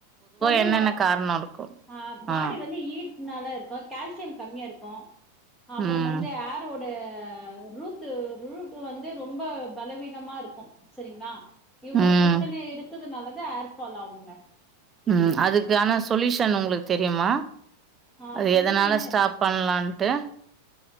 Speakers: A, in the centre; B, on the right (about 20°).
A: பொதுவா
B: என்னென்ன காரணோ இருக்கு
A: ஆஹ் பாடி
B: ஆ
A: வந்து ஹிட் நல்லா இருக்கு கால்சி சியம் கம்மியா இருக்கு அப்புறம்
B: ம்
A: வந்து ஹேர் ஓட ரூத் டு ரூட் வந்து ரொம்ப பலவீனமா இருக் இரு சரிங்களா இவ்ளோ
B: ம்
A: பிரச்சனை இருக் நல்லது ஹேர் ஃபால் ஆகுங்க
B: உம் அதுக்கான
A: ஆ
B: சொல்யூஷன் உங்களுக்கு தெரியுமா
A: ஆ
B: அது
A: சொல்யூஷனு
B: எதனால ஸ்டாப் பண்ணலான்ட்டு